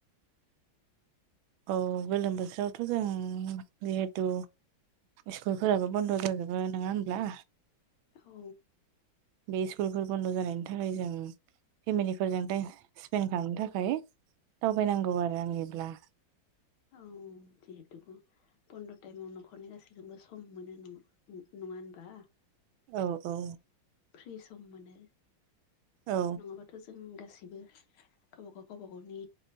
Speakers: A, on the right; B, on the left.
A: औ गोलोम बोथोरावथ' जों जिहेथु स्कुलफोराबो बन्द' जाजोबो नङा होमब्ला
B: औ
A: बे स्कुलफोर बन्द' जानायनि थाखाय जों फेमिलिफोरजों टाइम स्पेन्ड खालामनो थाखाय दावबायनांगौ आरो आंनिब्ला
B: औ जिहेतु ग बन्द टाइमाव न'खरनि गासैखौबो सम मोनो नङा होनबा
A: औ औ
B: फ्रि सम मोनो
A: औ
B: नङाबाथ' जों गासैबो गावबागाव गावबागावनि